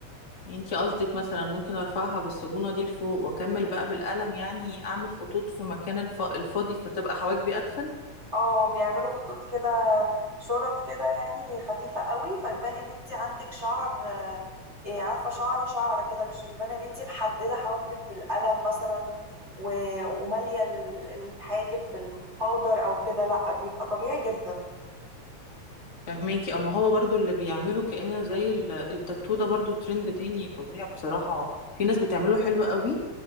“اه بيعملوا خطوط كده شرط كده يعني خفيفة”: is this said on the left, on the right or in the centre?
Right